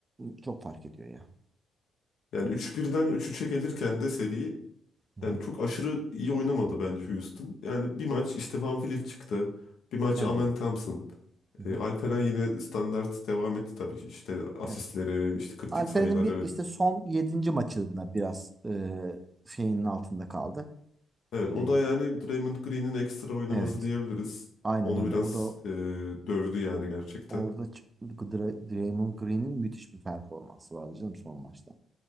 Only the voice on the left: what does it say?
Yani üç birden 3-3'e gelirken de seri
yani
çok aşırı iyi oynamadı bence Houston. Yani bir maç işte Van Vliet çıktı. Bir maç
Amen
Thompson.
E,
Alperen yine standart devam etti tabii ki. İşte asistleri,
işte kritik
sayıları.
Evet o
da yani Draymond Green'in ekstra oynaması
diyebiliriz.
Onu
biraz
e, dövdü yani gerçekten.